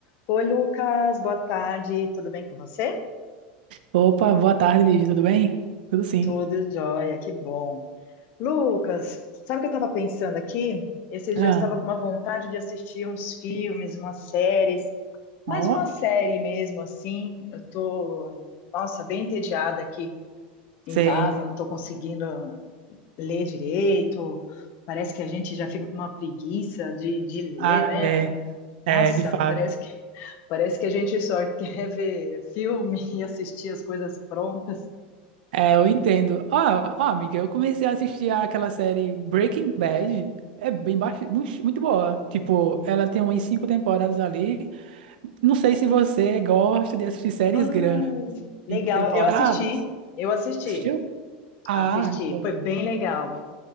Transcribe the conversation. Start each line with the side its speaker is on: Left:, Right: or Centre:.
Left: Oi, Lucas, boa tarde, tudo bem com você?
Right: Opa, boa tarde, Lígia, tudo bem? Tudo sim.
Left: Tudo jóia, que bom. Lucas, sabe o que eu estava pensando aqui? Esses
Right: Ah,
Left: dias eu estava com uma vontade de assistir uns filmes, umas séries, mais
Right: ó,
Left: uma série mesmo, assim. Eu tô, nossa, bem entediada aqui em
Right: sei.
Left: casa, não estou conseguindo ler direito. Parece que a gente já fica com uma preguiça de, de ler,
Right: Ah,
Left: né?
Right: é, é,
Left: Nossa,
Right: de fato.
Left: parece que, parece que a gente só <laughs> quer ver filme <laughs> e assistir as coisas prontas.
Right: É, eu entendo. Ó, ó, amiga, eu comecei a assistir aquela série Breaking Bad. É bem baixo, mu- muito boa. Tipo, ela tem umas cinco temporadas ali. Não sei se você gosta de assistir séries
Left: Ah,
Right: grandes
Left: legal.
Right: em temporadas.
Left: Eu assisti, eu assisti,
Right: Assistiu? Ah,
Left: assisti.
Right: então
Left: Foi bem legal.